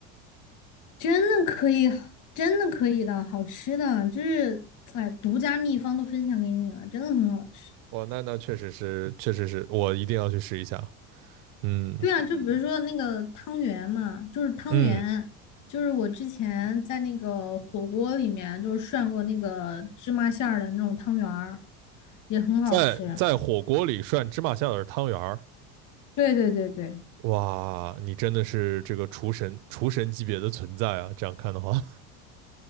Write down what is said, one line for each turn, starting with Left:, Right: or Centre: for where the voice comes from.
Left: 真的可以，真的可以的，好吃的，就是哎，独家秘方都分享给你了，真的很好吃。
Right: 哇，那那确实是，确实是我一定要去试一下。嗯
Left: 对啊，就比如说那个汤圆嘛，就是汤圆，
Right: 嗯，
Left: 就是我之前在那个火锅里面就是涮过那个芝麻馅儿的那种汤圆儿，也很好吃。
Right: 在在火锅里涮芝麻馅的汤圆儿，
Left: 对对对对。
Right: 哇，你真的是这个厨神厨神级别的存在啊！这样看的话，